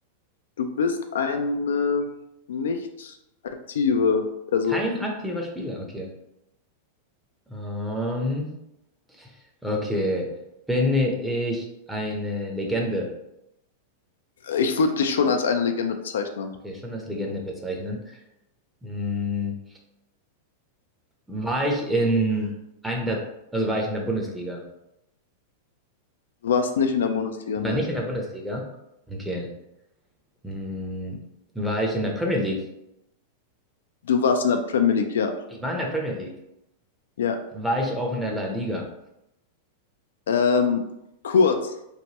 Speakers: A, on the left (about 80°); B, in the centre.
A: Du bist eine nicht aktive Person.
B: Kein aktiver Spieler. Okay. Ähm, okay. Bin ich eine Legende?
A: Ich würde dich schon als eine Legende bezeichnen.
B: Okay, schon als Legende bezeichnen. Hm, war ich in einem der, also war ich in der Bundesliga?
A: Du warst nicht in der Bundesliga,
B: Ich
A: nein.
B: war nicht in der Bundesliga. Okay. Hm, war ich in der Premier League?
A: Du warst in der Premier League, ja.
B: Ich war in der Premier League.
A: Ja.
B: War ich auch in der La Liga?
A: Ähm, kurz.